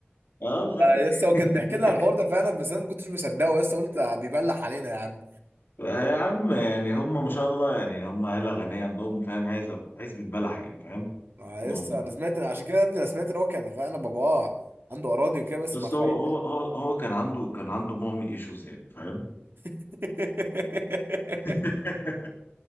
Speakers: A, on the left (about 60°); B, on the right (about 65°).
A: اه والله
B: يا اسطى وكان
A: <laughs>
B: بيحكي لنا الحوار ده فعلا بس انا ما كنتش مصدقه يا اسطى قلت بيبلح علينا يا عم
A: يا عم يعني هم ما شاء الله يعني هم عيله غنيه عندهم فاهم عزب عزبه بلح يعني فاهم
B: ما
A: عندهم
B: يا اسطى انا سمعت عشان كده يا ابني انا سمعت ان هو كان فعلا باباه عنده اراضي وكده بس
A: بس
B: ما تخيل
A: هو هو هو هو كان عنده كان عنده مامي ايشوز يعني فاهم
B: <laughs>
A: <laughs>